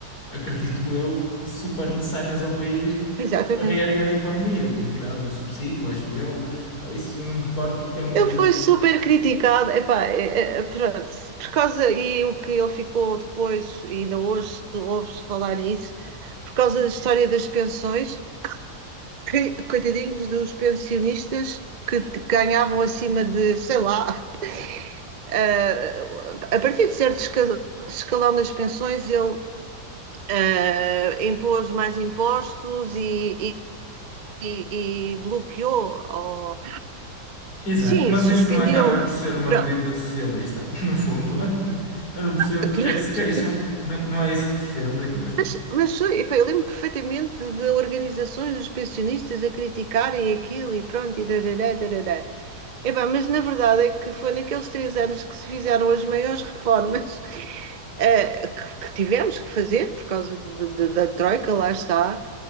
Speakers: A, on the left; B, on the right.
A: acredito eu, super necessárias ao país
B: Exatamente.
A: para reerguer a economia, como tirar o subsídio, acho eu. Isso eu não me recordo porque a minha
B: Ele
A: vida.
B: foi super criticado, epá, é, é, pronto, por causa, e o que ele ficou depois, e ainda hoje se falar nisso, por causa da história das pensões, Que- Coitadinhos dos pensionistas que te- ganhavam acima de, sei lá, eh, a partir de certo esca- escalão das pensões, ele eh, impôs mais impostos e, e- e- e bloqueou, ou,
A: Exato,
B: sim,
A: mas
B: suspendeu.
A: isso não acaba por ser uma
B: Pronto,
A: medida socialista, <laughs> no fundo. Eu não percebo
B: <laughs>
A: porque
B: pronto.
A: é que se queixam. Não, não é isso que defendem.
B: Mas, mas sou- epá, eu lembro perfeitamente de organizações dos pensionistas a criticarem aquilo e pronto, e darará, darará. Epá, mas na verdade é que foi naqueles três anos que se fizeram as maiores reformas <laughs> eh, que, que tivemos que fazer por causa de- de- da Troika, lá está,